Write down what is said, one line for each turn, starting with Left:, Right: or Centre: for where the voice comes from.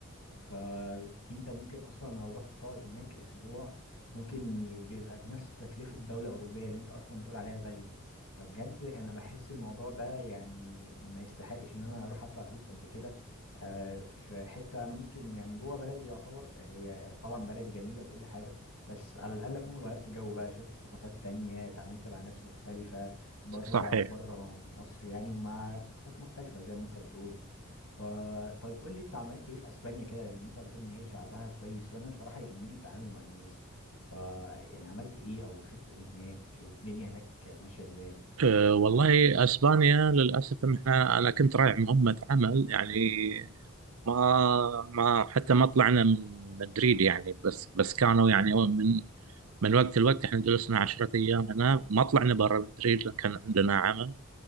Left: فدي انت ممكن اصلا لو رحت تقعد هناك اسبوع ممكن ي- بيبقى بنفس تكلفة دولة اوروبية اللي انت اصلا بتقول عليها غالية فبجد انا بحس الموضوع ده يعني ما يستحقش ان انا اروح ادفع فلوس قد كده آه، في حتة انا ممكن يعني جوه بلدي يعتبر هي طبعا بلدي جميلة وكل حاجة بس على الاقل اكون غيرت جو بقى شفت ثقافات تانية اتعاملت مع ناس مختلفة بره
Right: صحيح
Left: بره مصر يعني ومع ثقافات مختلفة زي ما انت بتقول فطيب قول لي انت عملت ايه في اسبانيا كده لان انت قلت لي ان هي شعبها كويس وانا بصراحة يهمني التعامل مع الناس ف يعني عملت ايه او شفت ايه هناك الدنيا هناك ماشية ازاي
Right: أه والله اسبانيا للاسف ان احنا انا كنت رايح مهمه عمل يعني ما ما حتى ما طلعنا من مدريد يعني بس بس كانوا يعني من من وقت لوقت احنا جلسنا عشرة ايام هنا ما طلعنا برا مدريد لان كان عندنا عمل